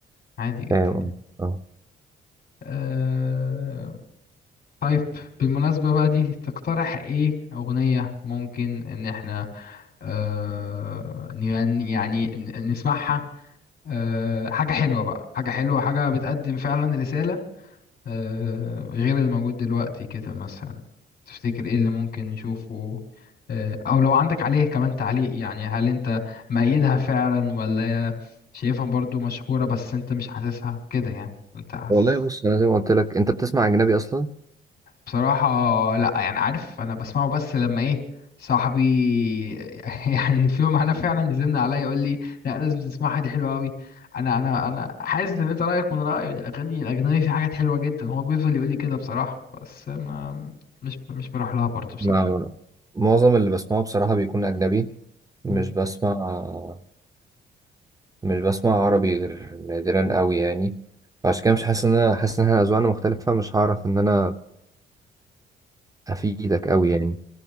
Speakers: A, on the left; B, on the right.
A: عادي جدا
B: فاهم
A: يعني.
B: اه آه.
A: آه، طيب بالمناسبة بقى دي تقترح ايه أغنية ممكن إن احنا آه، نغني يعني ن- نسمعها آه، حاجة حلوة بقى حاجة حلوة حاجة بتقدم فعلا رسالة آه، غير اللي موجود دلوقتي كده مثلا تفتكر ايه اللي ممكن نشوفه آه، او لو عندك عليه كمان تعليق يعني هل انت مأيدها فعلا ولا شايفها برضو مشهورة بس انت مش حاسسها كده يعني انت حاسس
B: والله بص أنا زي ما قلت لك أنت بتسمع أجنبي أصلا؟
A: بصراحة لا يعني عارف انا بسمعه بس لما ايه صاحبي <laughs> يعني في يوم انا فعلا يزن عليا يقول لي لا لازم تسمعها دي حلوة قوي انا انا انا حاسس ان انت رايك من رايي وإن الاغاني الاجنبي في حاجات حلوة جدا هو بيفضل يقول لي كده بصراحة بس ما مش مش بروح لها برضه بصراحة
B: لا معظم اللي بسمعه بصراحة بيكون أجنبي مش
A: مم.
B: بسمع مش بسمع عربي غير نادرا قوي يعني فعشان كده مش حاسس إن أنا حاسس إن إحنا أذواقنا مختلفة مش هعرف إن أنا أفيدك قوي يعني